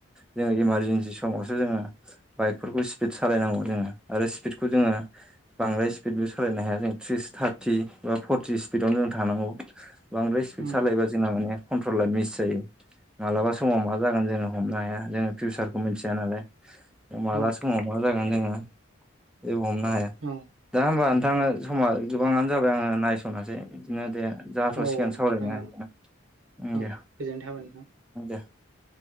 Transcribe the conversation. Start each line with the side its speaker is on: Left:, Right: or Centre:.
Centre: जोङो इमारजेेनसि समावसो जोङो बाइकफोरखौ स्पिड सालायनांगौ जोङो आरो स्पिड जोङो बांद्राय स्पिड सालायनो हाया फर्टि स्पिडावनो जों थानांगौ बांद्राय स्पिड
Right: उम
Centre: सालायोबा जोंना माने कन्ट्रला मिस जायो। मालाबा समाव मा जागोन जोङो हमनो हाया जोङो फिउसारखौ मिथिया नालाय माला
Right: औ
Centre: समाव मा जागोन जोङो जेबो हमनो हाया
Right: औ
Centre: दा हबा नोंथाङनो समा गोबाङानो जाबाय आङो नायस'नोसै बिदिनो दे जाथ'सिगानो
Right: औ
Centre: सावराया
Right: नोंथां औ
Centre: हा दे
Right: औ गोजोननाय थाबाय नोंथां
Centre: दे